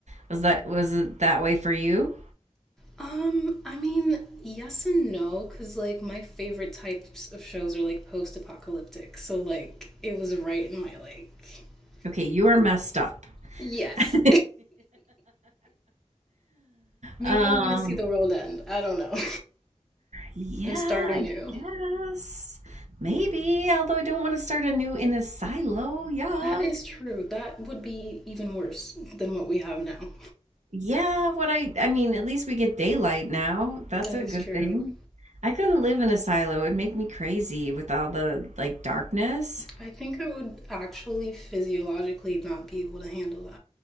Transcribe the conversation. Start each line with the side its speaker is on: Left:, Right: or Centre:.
Right: was that was it that way for you?
Centre: Um, I mean, yes and no, because like my favorite types of shows are like post-apocalyptic. So like it was right in my like
Right: Okay,
Centre: feel.
Right: you are messed up.
Centre: Yes.
Right: <laughs>
Centre: <laughs> Maybe
Right: um,
Centre: I want to see the world end. I don't know. <laughs>
Right: yeah,
Centre: and start anew.
Right: I guess maybe. Although I don't want to start anew in a silo. Yuck.
Centre: That is true. That would be even worse than what we have now.
Right: Yeah, what I I mean, at least we get daylight now. That's
Centre: That
Right: a
Centre: is
Right: good
Centre: true.
Right: thing. I couldn't live in a silo. It'd make me crazy with all the like darkness.
Centre: I think I would actually physiologically not be able to handle